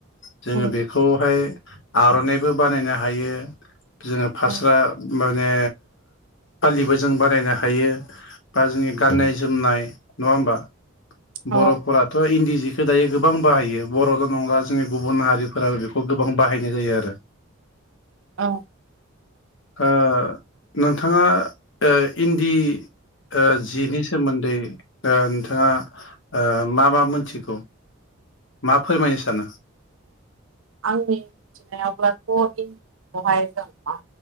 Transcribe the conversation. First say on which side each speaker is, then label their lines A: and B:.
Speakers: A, on the left; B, on the right.
A: जोङो
B: उम
A: बेखौहाय आर'नाइबो बानायनो हायो जोङो फास्रा
B: उम
A: माने फालिबो जों बानायनो हायो बा जोंनि गाननाय जोमनाय नङा होमबा।
B: औ
A: बर'फोराथ' इन्दि बिखो दायो गोबां बाहायो बर'ल' नंला जोंनि गुबुन हारिफोराबो बेखौ गोबां बाहायनाय जायो आरो।
B: औ
A: ओ नोंथाङा इन्दि ओ जिनि सोमोन्दै नोंथाङा ओ मा मा मोनथिगौ? मा फोरमायनो सानो?
B: आंनि मिथिनायावब्लाथ' इन्दि जिखौहाय जों मा